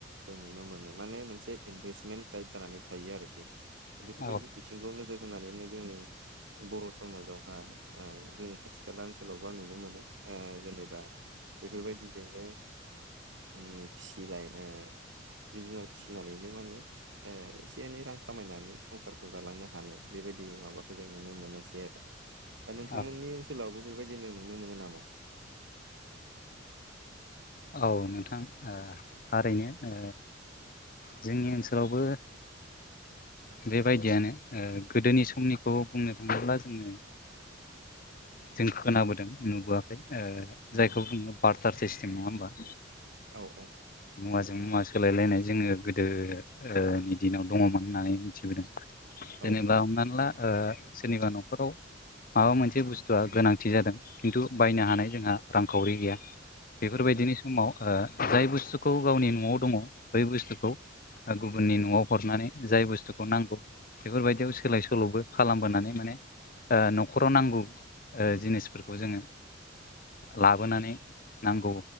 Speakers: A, on the right; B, on the left.
A: जों नुनो मोनो माने मोनसे इनभेस्टमेन्ट टाइप जानानै थायो आरोखि बेफोरबायदिनो
B: औ औ
A: बिथिंखौ नोजोर होनानैनो जोंनि बर' समाजाव बा ओ जोंनि खाथि खाला ओनसोलावबो आं नुनो मोनो जेनेबा बेफोरबायदिजोंनो ओम फिसिलायनो जिब जुनार फिसिनानैनो मा होनो ओ एसे एनै रां खामायनानै संसारखौ जालांनो हानाय बेबायदि माबाखौ जों नुनो मोनोसै आरो दा नोंथांमोननि
B: औ
A: ओनसोलावबो बेबायदिनो नुनो मोनो नामा?
B: औ नोंथां ओ थारैनो ओ जोंनि ओनसोलावबो बेबायदियानो गोदोनि समनिखौ बुंनो थाङोब्ला जोङो जों खोनाबोदों नुबोआखै
A: औ
B: जायखौ बुङो बारथार सिस्टेम नङा होमबा
A: औ औ
B: मुवाजों मुवा सोलायलायनाय जोङो गोदो नि दिनाव दङमोन होननानै मिथिबोदों
A: औ
B: जेनेबा हमनानै ला ओ सोरनिबा न'खराव माबा मोनसे बुस्थुआ गोनांथि जादों खिन्थु बायनो हानाय जोंहा रांखावरि गैया बेफोरबायदिनि
A: औ
B: समाव ओ जाय बुस्थुखौ गावनि न'आव दङ बै बुस्थुखौ ओ गुबुननि न'आव हरनानै जाय बुस्थुखौ नांगौ बेफोरबायदियाव सोलाय सोल'बो खालामबोनानै माने ओ न नखराव नांगौ ओ जिनिसफोरखौ जोङो लाबोनानै नांगौ